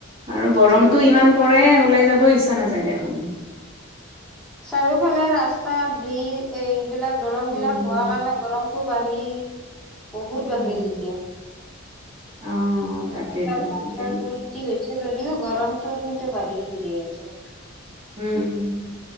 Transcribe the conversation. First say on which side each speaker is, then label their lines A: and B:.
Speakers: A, on the right; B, in the centre.
A: আৰু গৰমটো
B: যেন
A: ইমান পৰে ওলাই যাব ইচ্ছা নাযায় দেখোন।
B: চাৰিওফালে ৰাস্তা ব্ৰিজ এই এইবিলাক দলংবিলাক
A: উম
B: হোৱা কাৰণে গৰম টো বাঢ়ি বহুত
A: উম
B: বাঢ়িল এতিয়া।
A: অ'।
B: ৰাস্তা
A: তাকেইতো
B: ঘাটৰ
A: এতিয়া
B: উন্নতি হৈছে যদিও গৰমটোও কিন্তু বাঢ়ি গৈয়ে আছে।
A: উম, উম।